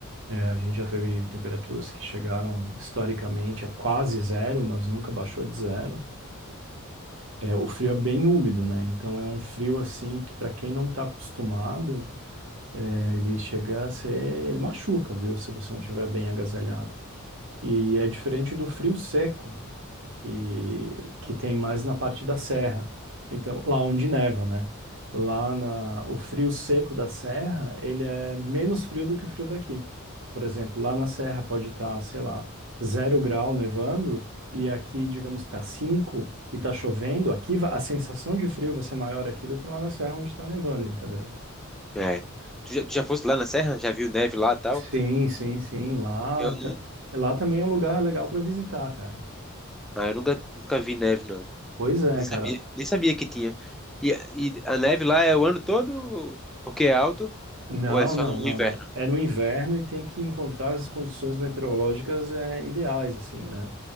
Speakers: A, on the right; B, in the centre.
A: é, a gente já teve temperaturas que chegaram historicamente a quase zero, mas nunca baixou de zero. É, o frio é bem úmido, né? Então é um frio assim que para quem não está acostumado É, ele chega a ser, ele machuca, viu? Se você não estiver bem agasalhado. E é diferente do frio seco, que, que tem mais na parte da serra. Então, lá onde neva, né? Lá na, o frio seco da serra, ele é menos frio do que o frio daqui. Por exemplo, lá na serra pode estar, sei lá, zero grau nevando, e aqui, digamos, está cinco e está chovendo. Aqui va- a sensação de frio vai ser maior aqui do que lá na serra onde está nevando, entendeu?
B: É. Tu já, já fosse lá na Serra? Já viu neve lá e tal?
A: Sim, sim, sim. Lá,
B: Eu
A: ta-
B: não.
A: lá também é um lugar legal para visitar, cara.
B: Ah, eu nunca, nunca vi neve, não.
A: Pois é,
B: Nem
A: cara.
B: sabia, nem sabia que tinha. E, e a neve lá é o ano todo porque é alto
A: Não,
B: ou é só
A: não,
B: no
A: não,
B: inverno?
A: não. É no inverno e tem que encontrar as condições meteorológicas é, ideais, assim, né?